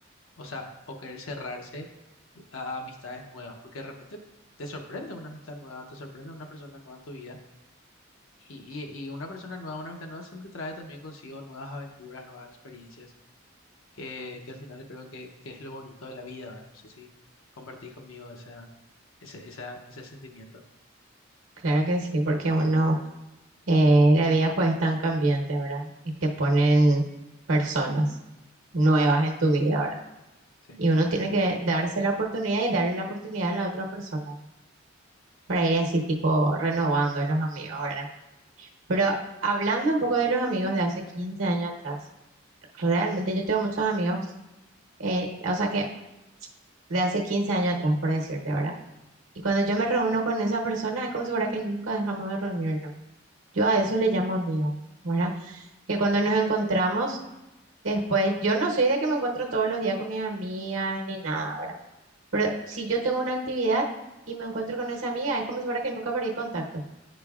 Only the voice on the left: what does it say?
O sea, o querer cerrarse a amistades nuevas, porque de repente te sorprende una amistad nueva, te sorprende una persona nueva en tu vida, y, y- y una persona nueva, una amistad nueva siempre trae también consigo nuevas aventuras, nuevas experiencias, que, que al final creo que, que es lo bonito de la vida, ¿verdad? No sé si compartís conmigo esa, ese, esa- ese sentimiento.
Sí.
Ujú,